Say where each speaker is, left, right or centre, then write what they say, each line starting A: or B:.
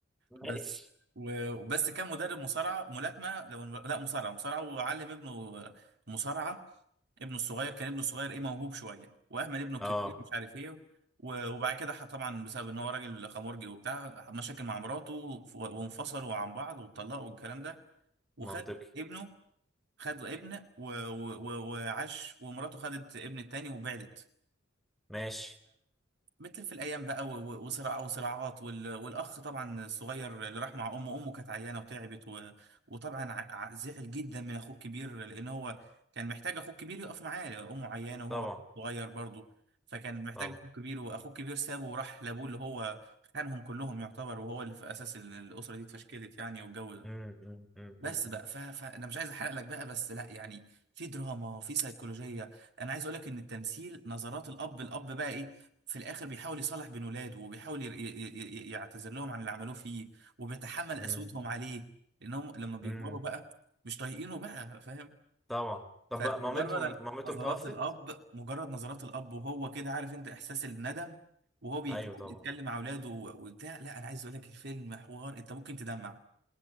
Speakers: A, in the centre; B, on the right.
A: ماشي
B: بس و- وبس كان مدرب مصارعه ملاكمه لو الم- لا مصارعه مصارعه وعلم ابنه مصارعه ابنه الصغير كان ابنه الصغير ايه موهوب شويه واهمل ابنه الكبير
A: اه
B: مش عارف ايه و- وبعد كده ح- طبعا بسبب ان هو راجل خمرجي وبتاع مشاكل مع مراته ف- وانفصلوا عن بعض واتطلقوا والكلام ده وخد
A: منطقي
B: ابنه خد ابن و... و... و... وعاش ومراته خدت ابن التاني وبعدت
A: ماشي
B: فبتلف الأيام بقى و... و- وصراع وصراعات وال... والأخ طبعا الصغير اللي راح مع أمه أمه كانت عيانة وتعبت و... وطبعا ع... ع- زعل جدا من أخوه الكبير لأن هو كان محتاج أخوه الكبير يقف معاه أمه عيانة وهو
A: طبعا
B: صغير برضه فكان محتاج
A: طبعا
B: أخوه الكبير وأخوه الكبير سابه وراح لأبوه اللي هو خانهم كلهم يعتبر وهو اللي في أساس ال- الأسرة دي اتفشكلت يعني والجو ده
A: مم، مم، مم،
B: بس
A: مم،
B: بقى ف... فانا مش عايز احرق لك بقى بس لا يعني في دراما في سيكولوجيه انا عايز اقول لك ان التمثيل نظرات الاب الاب بقى ايه في الاخر بيحاول يصالح بين ولاده وبيحاول ير- ي... ي... ي- يعتذر لهم عن اللي عملوه فيه وبيتحمل
A: مم،
B: قسوتهم عليه لانهم لما بيكبروا
A: مم.
B: بقى مش طايقينه بقى فاهم
A: طبعا طب
B: فمجرد
A: بقى مامتهم مامتهم
B: نظرات
A: توفت؟
B: الاب مجرد نظرات الاب وهو كده عارف انت احساس الندم وهو بيت-
A: ايوه طبعا
B: بيتكلم مع اولاده وبتاع لا انا عايز اقول لك الفيلم حوار انت ممكن تدمع